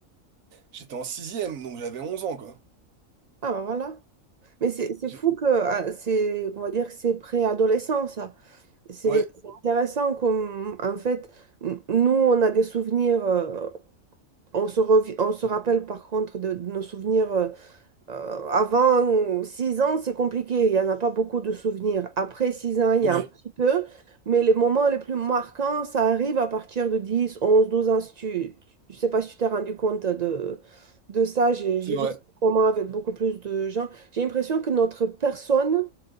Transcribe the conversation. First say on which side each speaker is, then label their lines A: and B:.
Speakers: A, on the right (about 80°); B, on the right (about 60°).
A: j'étais en sixième, donc j'avais 11 ans, quoi.
B: Ah bah voilà. Mais c'est c'est
A: J'ai-
B: fou que ah, c'est, on va dire que c'est préadolescent, ça. C'est
A: Ouais,
B: c'est intéressant comme, en fait, n- nous, on a des souvenirs, euh, on se, revi- on se rappelle par contre de, de nos souvenirs euh, Euh, avant 6 ans, c'est compliqué, il n'y en a pas beaucoup de souvenirs. Après 6 ans, il
A: ouais,
B: y a un petit peu, mais les moments les plus marquants, ça arrive à partir de 10, 11, 12 ans. Si tu, je sais pas si tu t'es rendu compte de, de ça, j'ai
A: c'est
B: j'ai
A: vrai.
B: vu ça comment avec beaucoup plus de gens. J'ai l'impression que notre personne